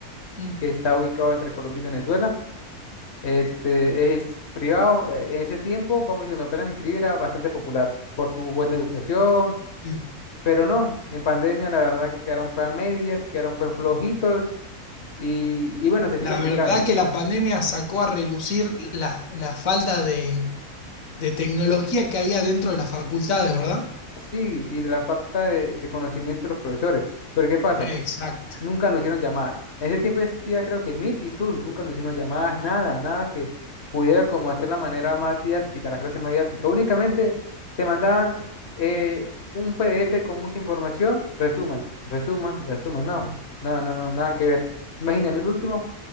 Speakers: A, on the left (about 65°); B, on the left (about 45°).
A: Mm.
B: que está ubicado entre Colombia y Venezuela. Este es privado. eh, En ese tiempo, vamos a decir, cuando apenas me inscribí, era bastante popular por su buena educación
A: Sí.
B: Pero no, en pandemia la verdad que quedaron fue a medias, quedaron fue flojitos y, y bueno, te sigo
A: La
B: explicando.
A: verdad que la pandemia sacó a relucir la, la falta de, de tecnología que había dentro de las facultades, ¿verdad?
B: Sí, y de la falta de, de conocimiento de los profesores. Pero ¿qué pasa?
A: Exacto,
B: Nunca nos hicieron llamadas. En ese tiempo existía creo que Meet y Zoom, nunca nos hicieron llamadas, nada, nada que pudiera como hacer la manera más didáctica, la clase más didáctica. Únicamente te mandaban eh, un PDF con mucha información, resuman, resuman, resuman, no, no, no, no, nada que ver. Imagíname el último.